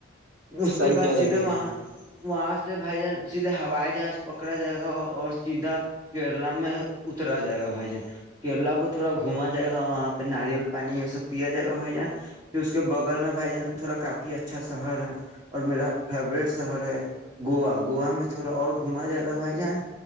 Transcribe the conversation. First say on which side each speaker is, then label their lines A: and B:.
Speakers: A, on the right; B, on the right.
A: اس
B: صحیح
A: کے بعد
B: کہہ
A: سیدھے
B: رہے ہیں بھائی
A: وہاں
B: جان
A: وہاں سے بھائی جان سیدھے ہوائی جہاز پکڑا جائے گا اور سیدھا کیرلا میں اترا جائے گا بھائی جان کیرلا کو تھوڑا گھوما جائے گا وہاں پہ ناریل پانی یہ سب پیا جائے گا بھائی جان پھر اس کے بغل میں بھائی جان تھوڑا کافی اچھا شہر ہے اور میرا فیوریٹ شہر ہے گوا گوا میں تھوڑا اور گھوما جائے گا بھائی جان